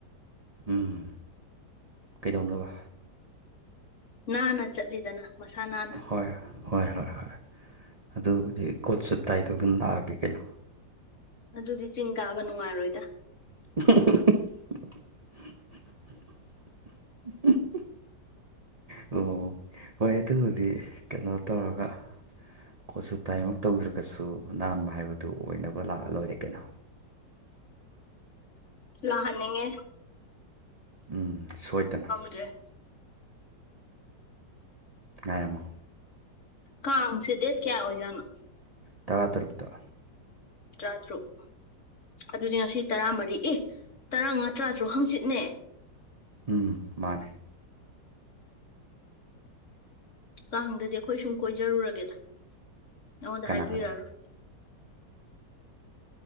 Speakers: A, on the right; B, on the left.
A: ꯎꯝ ꯀꯩꯗꯧꯅꯕ
B: ꯅꯥꯟꯅ ꯆꯠꯂꯤꯗꯅ ꯃꯁꯥ ꯅꯥꯟꯅ
A: ꯍꯣꯏ ꯍꯣꯏ ꯍꯣꯏ ꯍꯣꯏ ꯑꯗꯨꯕꯨꯗꯤ ꯀꯣꯠꯁꯨ ꯇꯥꯏ ꯇꯧꯗꯅ ꯂꯥꯛꯑꯒꯦ ꯀꯩꯅꯣ
B: ꯑꯗꯨꯗꯤ ꯆꯤꯡ ꯀꯥꯕ ꯅꯨꯡꯉꯥꯏꯔꯣꯏꯗ
A: <inaudible> ꯎꯝ ꯍꯨ ꯍꯨ ꯑꯣ ꯍꯣꯏ ꯑꯗꯨꯕꯨꯗꯤ ꯀꯩꯅꯣ ꯇꯧꯔꯒ ꯀꯣꯠꯁꯨꯠ ꯇꯥꯏꯃꯛ ꯇꯧꯗ꯭ꯔꯒꯁꯨ ꯅꯥꯟꯕ ꯍꯥꯏꯕꯗꯨ ꯑꯣꯏꯅꯕ ꯂꯥꯛꯑ ꯂꯣꯏꯔꯦ ꯀꯩꯅꯣ
B: ꯂꯥꯛꯍꯟꯅꯤꯡꯉꯦ
A: ꯎꯝ ꯁꯣꯏꯗꯅ
B: ꯇ꯭ꯔꯦ
A: ꯉꯥꯏꯔꯝꯃꯣ
B: ꯀꯥꯡꯁꯦ ꯗꯦꯠ ꯀꯌꯥ ꯑꯣꯏꯖꯥꯠꯅꯣ
A: ꯇꯔꯥ ꯇꯔꯨꯛꯇ
B: ꯇꯔꯥꯇꯔꯨꯛ ꯑꯗꯨꯗꯤ ꯉꯁꯤ ꯇꯔꯥꯃꯔꯤ ꯑꯦ ꯇꯔꯥꯃꯉꯥ ꯇꯔꯥꯇꯔꯨꯛ ꯍꯪꯆꯤꯠꯅꯦ
A: ꯎꯝ ꯃꯥꯅꯦ
B: ꯇꯥꯡꯗꯗꯤ ꯑꯩꯈꯣꯏ ꯁꯨꯝ ꯀꯣꯏꯖꯔꯨꯔꯒꯦꯗ ꯅꯉꯣꯟꯗ
A: ꯀꯅꯥ
B: ꯍꯥꯏꯕꯤꯔꯛꯑꯔꯣꯏ
A: ꯀꯅꯥ